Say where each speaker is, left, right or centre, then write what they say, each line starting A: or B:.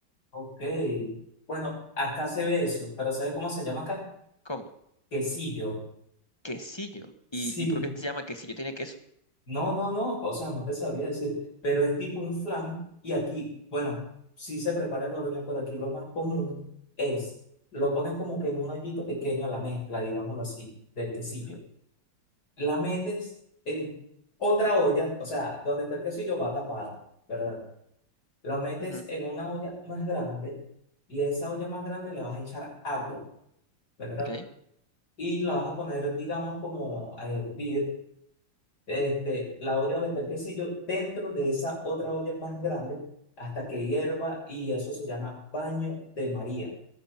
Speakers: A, on the left; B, on the left.
A: ok. Bueno, acá se ve eso, pero ¿sabes cómo se llama acá?
B: ¿Cómo?
A: Quesillo.
B: Quesillo.
A: Sí.
B: ¿Y, y por qué se llama quesillo? ¿Tiene queso?
A: No, no, no, o sea, no te sabría decir, pero es tipo un flan y aquí, bueno, sí se prepara el horno, pero aquí lo más común es, lo pones como que en un hoyito pequeño, la mezcla, digámoslo así, del quesillo.
B: Ujú,
A: La metes en otra olla, o sea, donde está el quesillo va tapado, ¿verdad? Lo metes
B: ujú,
A: en una olla más grande y a esa olla más grande le vas a echar agua, ¿verdad?
B: ok.
A: Y la vas a poner, digamos, como a hervir este, la olla donde está el quesillo dentro de esa otra olla más grande hasta que hierva y eso se llama baño de María.